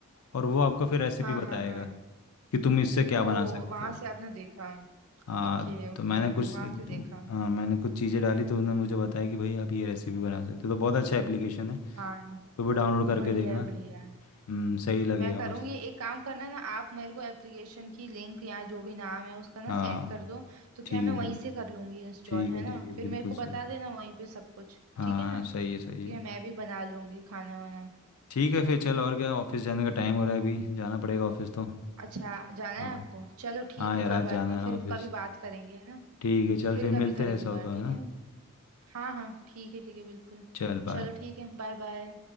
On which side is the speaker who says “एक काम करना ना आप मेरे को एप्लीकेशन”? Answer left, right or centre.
Right